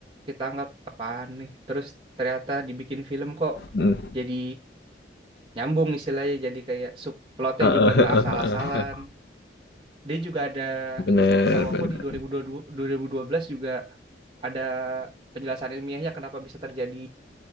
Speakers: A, on the right; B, on the left.
A: kita anggap apaan nih terus ternyata dibikin film kok
B: hmm.
A: jadi nyambung istilahnya jadi kayak subplotnya
B: Heeh,
A: juga
B: heeh,
A: nggak
B: heeh,
A: asal-asalan
B: heeh.
A: dia juga ada
B: bener
A: tahu aku
B: bener
A: di 2022 2012 juga ada penjelasan ilmiahnya kenapa bisa terjadi